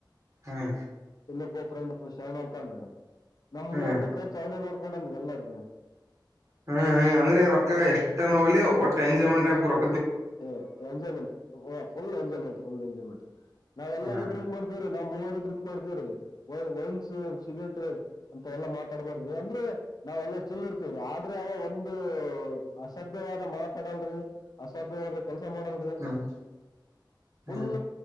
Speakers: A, on the right (about 40°); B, on the left (about 55°).
A: ಹಾ <inaudible>
B: ಉಲಫ <inaudible> ಫ್ರೆಂಡ್ ಶರಣ ಅಂತನ್ <unintelligible> ನಮ್ ಮೂವರ್ದದು
A: ಹ್ಮ್
B: ಖರ್ಚು ಅವನೇ ನೋಡ್ಕೊಂಡ ಅಂದ್ರಿ ಎಲ್ಲಾರ್ದು <unintelligible>
A: ಹ್ಮ್ ಹ್ಮ್ ಅಂದ್ರೆ ರೊಕ್ಕ ಎಷ್ಟನ ಹೋಲಿ ಒಟ್ ಎಂಜಾಯ್ಮೆಂಟ್ ಆಗ್ಬೇಕ್ ರು
B: ಹ enjoyment <inaudible> full enjoyment full enjoyment. ನಾವ್ ಎಲ್ಲರು
A: ಹ್ಮ್
B: ಡ್ರಿಂಕ್ ಮಾಡ್ತೀವ್ರಿ ನಾ ಮೂವರು ಡ್ರಿಂಕ್ ಮಾಡ್ತೇವ್ರಿ. ವೈನ್ಸ್, ಸಿಗರೇಟ್ ಅಂತ ಎಲ್ಲಾ ಮಾತಾಡ್ಬಾರ್ದ್ರಿ ಅಂದ್ರೆ ನಾವೆಲ್ಲಾ ಚಿಲ್ ಇರ್ತೇವ್ರಿ ಆದ್ರೆ ಅವ ಒಂದು ಅಸಭ್ಯವಾದ ಮಾತಾಡಲ್ರಿ ಕೆಲಸ ಮಾಡಲ್ರಿ
A: ಹ್ಮ್
B: ಫುಲ್
A: ಹ್ಮ್ ಹ್ಮ್